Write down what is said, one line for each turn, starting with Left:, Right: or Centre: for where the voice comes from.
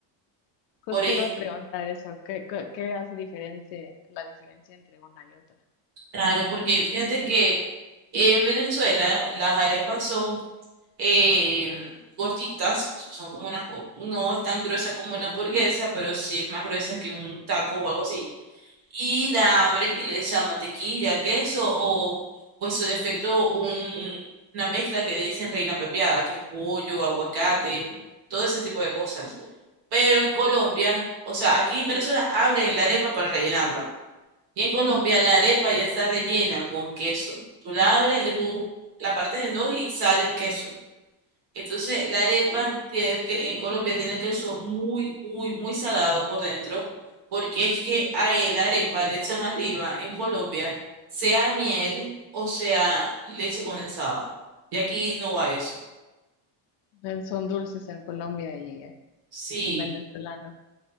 Left: Justo
Right: Por ej-
Left: iba a preguntar eso, ¿qué, qué, qué hace diferencia, la diferencia entre una y otra?
Right: claro, porque fíjate que en Venezuela las arepas son eh, gorditas, son como unas, go- no es tan gruesa como una hamburguesa, pero sí es más gruesa que un taco o algo así. y la abres y le echas mantequilla, queso o, pues su defecto, un- una mezcla que le dicen reina pepiada, que es pollo, aguacate, todo ese tipo de cosas. Pero en Colombia, o sea, aquí en Venezuela abren la arepa para rellenarla. Y en Colombia la arepa ya está rellena con queso. Tú la abres, eh, tú la partes en dos y sale el queso. Entonces, la arepa tiene que, en Colombia tiene queso muy, muy, muy salado por dentro, porque es que a él, la arepa le echan arriba en Colombia, sea miel o sea leche condensada. Y aquí no va eso.
Left: Eh, Son dulces en Colombia y eh,
Right: Sí.
Left: en venezolano.